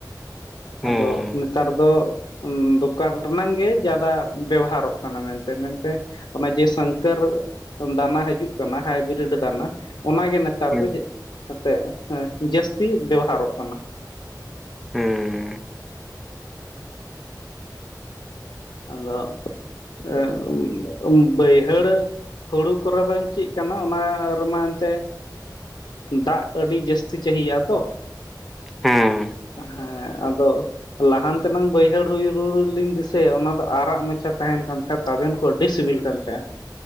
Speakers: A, on the left; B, in the centre.
A: ᱿
B: ᱦᱮᱸ
A: ᱟᱫᱚᱻᱻ ᱱᱮᱛᱟᱨ ᱫᱚ ᱫᱚᱠᱟᱱ ᱨᱮᱱᱟᱝ ᱜᱮ ᱡᱟᱫᱟ ᱵᱮᱦᱟᱨᱚ ᱠᱟᱱᱟ ᱢᱮᱱᱛᱮ, ᱢᱮᱱᱛᱮᱻᱻ ᱚᱱᱟ ᱡᱮ ᱥᱚᱝᱠᱚᱨ ᱫᱟᱱᱟ ᱾ ᱦᱤᱡᱩᱜ ᱠᱟᱱᱟ, ᱦᱟᱭᱵᱨᱤᱰ ᱫᱟᱱᱟ ᱚᱱᱟᱜᱮ ᱱᱮᱛᱟᱨ
B: ᱦᱮᱸ
A: ᱫᱚᱻᱻ ᱮᱱᱛᱮᱫ, ᱡᱟᱹᱥᱛᱤ ᱵᱮᱵᱚᱦᱟᱨᱚᱜ ᱠᱟᱱᱟ ᱾
B: ᱦᱩᱸᱻ
A: ᱟᱫᱚ ᱮᱜ ᱵᱟᱹᱭᱦᱟᱹᱲᱼᱼ ᱦᱩᱲᱩ ᱠᱚᱨᱮ ᱫᱚᱧ ᱪᱮᱫ ᱠᱟᱱᱟ ᱚᱱᱟ ᱨᱮᱢᱟ ᱮᱱᱛᱮᱫᱼᱼ ᱫᱟᱜ ᱟᱹᱰᱤ ᱡᱟᱹᱥᱛᱤ ᱪᱟᱹᱦᱤᱭᱟᱼᱟ ᱛᱚ ᱾
B: ᱦᱮᱸ ᱾
A: ᱦᱮᱸ ᱟᱫᱚ ᱞᱟᱦᱟᱱ ᱛᱮᱱᱟᱝ ᱵᱟᱹᱭᱦᱟᱹᱲ ᱦᱩᱭ ᱦᱩᱲᱩᱼᱼ ᱞᱤᱧ ᱫᱤᱥᱟᱹᱭᱟ, ᱚᱱᱟ ᱫᱚ ᱟᱨᱟᱜ ᱢᱟᱪᱷᱟ ᱛᱟᱦᱮᱱ ᱠᱟᱱ ᱛᱟᱦᱮᱸᱫ ᱛᱟᱵᱮᱱ ᱠᱚ ᱟᱹᱰᱤ ᱥᱤᱵᱤᱞ ᱠᱟᱱ ᱛᱟᱦᱮᱸᱱ ᱾